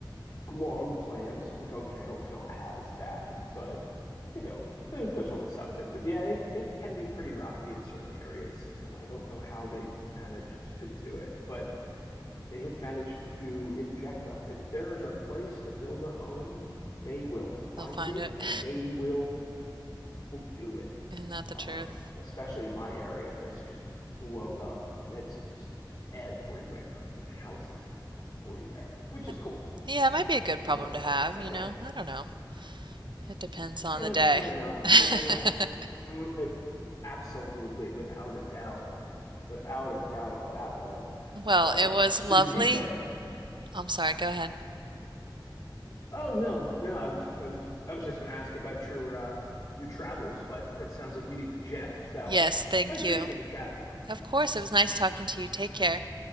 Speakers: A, on the left (about 40°); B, on the right (about 70°).
A: long planned. So I'm like, okay, I don't feel as bad, but you know, there's there's always something. But yeah, it it can be pretty rocky in certain areas, and I don't know how they managed to do it, but they have managed to inject a, if there is a place to build a home, they will find
B: They'll find
A: it
B: it.
A: and
B: <laughs>
A: they will do it.
B: Isn't that the
A: Um,
B: truth?
A: especially in my area, it's just blown up and it's just everywhere. I mean, houses everywhere, which
B: That-
A: is cool,
B: Yeah, it might be a good
A: you
B: problem
A: know,
B: to have,
A: I
B: you
A: think.
B: know? I don't know. It depends on
A: Yeah,
B: the day.
A: might not.
B: <laughs>
A: You never know. Mm, it- absolutely, without a doubt, without a doubt on that one.
B: Well,
A: But
B: it was lovely.
A: so did you start
B: I'm sorry, go ahead.
A: Oh no, no, I was I was I was just going to ask about your uh your travels, but it sounds like you need the jet. So
B: Yes, thank
A: I appreciate
B: you.
A: the chat.
B: Of course, it was nice talking to you. Take care.